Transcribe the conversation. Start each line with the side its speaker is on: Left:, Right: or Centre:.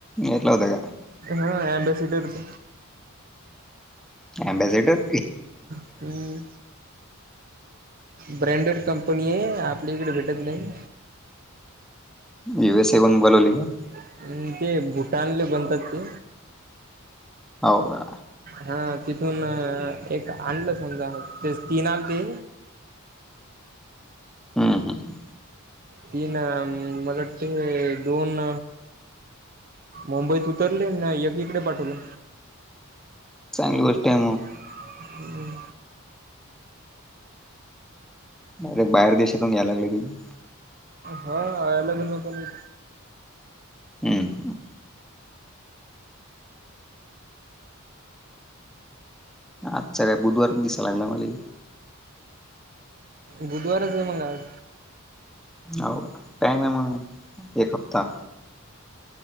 Centre: घेतलं होतं का?
Right: हा ॲम्बेसिडरच.
Centre: अम्बेसिडर?
Right: हम. ब्रँडेड कंपनी आहे आपल्या इकडे भेटत नाही.
Centre: झिरो सेवन बोलावली का?
Right: नाही ते भूटा आणलेत बनतात ते
Centre: हो का?
Right: हा तिथून एक आनलं समजा ते तीन आते.
Centre: हम् हम.
Right: तीन मला वाटतय दोन. मुंबईत उतरले ना एक इकडे पाठवले.
Centre: चांगली गोष्ट आहे मग.
Right: हम्म.
Centre: डायरेक्ट बाहेर देशातून घ्यायला लागले तुम्ही.
Right: हो. <unintelligible> होतो मी.
Centre: हम्म. आजचा काय बुधवार दिसा लागला मले.
Right: बुधवारच आहे मग आज.
Centre: हो टायम मग एक हप्ता.